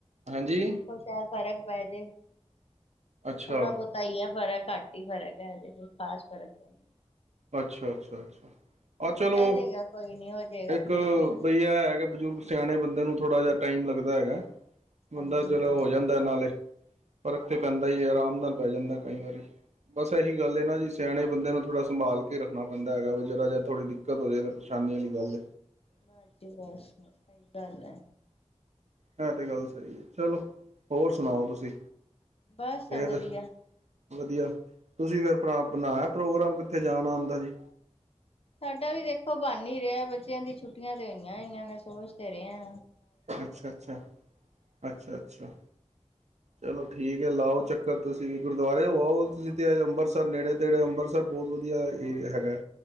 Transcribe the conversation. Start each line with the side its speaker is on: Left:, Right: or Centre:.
Right: ਹਾਂਜੀ
Left: ਦੇਖੋ ਸ਼ਾਇਦ ਫ਼ਰਕ ਪੈ ਜੇ
Right: ਅੱਛਾ
Left: ਥੋੜਾ ਬਹੁਤਾ ਹੀ ਹੈ ਫਰਕ ਘੱਟ ਹੀ ਫ਼ਰਕ ਹੈ ਅਜੇ ਕੋਈ ਖਾਸ ਫਰਕ ਤਾਂ ਨਹੀਂ
Right: ਅੱਛਾ ਅੱਛਾ ਅੱਛਾ ਆਹ ਚਲੋ
Left: ਪੈ ਜਾਏਗਾ ਕੋਈ ਨੀ ਹੋ ਜਾਏਗਾ
Right: ਇੱਕ
Left: ਧੀਰੇ-ਧੀਰੇ ਸਭ
Right: ਬਈ ਏਹ ਹੈ ਹੈਗਾ ਬਜ਼ੁਰਗ ਸਿਆਣੇ ਬੰਦੇ ਨੂੰ ਥੋੜਾ ਜਿਹਾ ਟਾਈਮ ਲੱਗਦਾ ਹੈਗਾ ਬੰਦਾ
Left: ਹਾਂਜੀ-ਹਾਂਜੀ।
Right: ਚਲੋ ਹੋ ਜਾਂਦਾ ਨਾਲੇ ਫਰਕ ਤੇ ਪੈਂਦਾ ਹੀ ਹੈ ਆਰਾਮ ਨਾਲ ਪੈ ਜਾਂਦਾ ਕਈ ਵਾਰੀ ਬਸ ਇਹੀ ਗੱਲ ਹੈ ਨਾ ਜੀ ਸਿਆਣੇ ਬੰਦੇ ਨੂੰ <unintelligible> ਸੰਭਾਲ ਕੇ ਰੱਖਣਾ ਪੈਂਦਾ ਹੈਗਾ ਵੀ ਜਰਾ ਜੇ ਥੋੜ੍ਹ ਦਿੱਕਤ ਹੋ ਜਾਵੇ ਤਾਂ ਪਰੇਸ਼ਾਨੀ ਵਾਲੀ ਗੱਲ
Left: ਬਸ ਜੀ ਬਸ ਸਹੀ ਗੱਲ ਹੈ
Right: ਹੈਾਂ ਤੇ ਗੱਲ ਸਹੀ ਹੈ ਚਲੋ ਹੋਰ ਸੁਣਾਓ ਤੁਸੀਂ
Left: ਬਸ
Right: ਫਿਰ
Left: ਵਧੀਆ
Right: ਵਧੀਆ ਤੁਸੀਂ ਫਿਰ ਬਣਾਇਆ ਪ੍ਰੋਗਰਾਮ ਕਿੱਥੇ ਜਾਣਾ ਆਉਂਦਾ ਜੀ
Left: ਸਾਡਾ ਵੀ ਦੇਖੋ ਬਣ ਹੀ ਰਿਹਾ ਬੱਚਿਆਂ ਦੀ ਛੁੱਟੀਆਂ ਤੇ ਹੋਈਆਂ ਹੀ ਮੈਂ ਸੋਚ ਤੇ ਰਿਹਾ
Right: ਅੱਛਾ ਅੱਛਾ ਅੱਛਾ ਅੱਛਾ ਅੱਛਾ ਚਲੋ ਠੀਕ ਹੈ ਲਾਓ ਚੱਕਰ ਤੁਸੀਂ ਵੀ ਗੁਰਦੁਆਰੇ ਆਓ ਤੁਸੀਂ ਤੇ ਅੰਬ੍ਰਿਤਸਰ ਨੇੜੇ ਤੇੜੇ ਅੰਬ੍ਰਿਤਸਰ ਬਹੁਤ ਵਧੀਆ ਏਰੀਆ ਹੈਗਾ